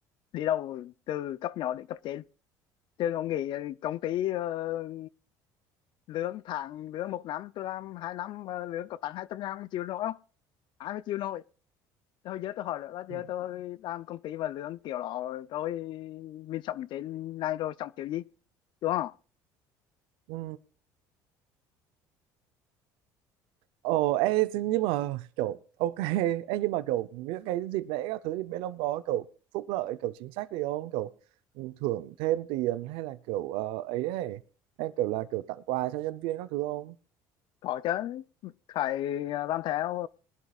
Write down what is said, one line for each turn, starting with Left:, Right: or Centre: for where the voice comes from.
Left: đi đâu từ cấp nhỏ đến cấp trên chứ ông nghĩ công ty ờ, lương tháng lương một năm tôi làm hai năm mà lương có tặng hai trăm ngàn không chịu nổi không ai mà chịu nổi Thôi giờ tôi hỏi nữa là
Right: ừ.
Left: giờ tôi làm công ty và lương kiểu đó tôi mình sống trên này rồi sống kiểu gì đúng không
Right: ừ. Ồ, ê, nhưng mà kiểu ok <laughs> ê, nhưng mà kiểu những cái dịp lễ các thứ thì bên ông có kiểu phúc lợi kiểu chính sách gì không kiểu thưởng thêm tiền hay là kiểu ờ, ấy ấy hay kiểu là kiểu tặng quà cho nhân viên các thứ không
Left: có chứ phải à, làm theo